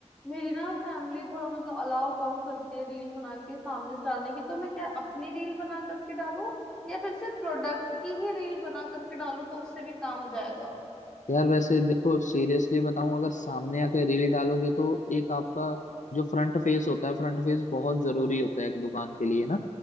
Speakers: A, in the centre; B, on the left.
A: मेरी ना फैमिली थोड़ा मतलब अलाव कम करती है रील बना के सामने से डालने की तो मैं क्या अपनी रील बना करके डालूं या फिर सिर्फ प्रोडक्ट की ही रील बना करके डालूं तो उससे भी काम हो जाएगा
B: यार वैसे देखो सीरियसली बताऊं अगर सामने आके रील डालोगे तो एक आपका जो फ्रंट फेस होता है फ्रंट फेस बहुत जरूरी होता है एक दुकान के लिए ना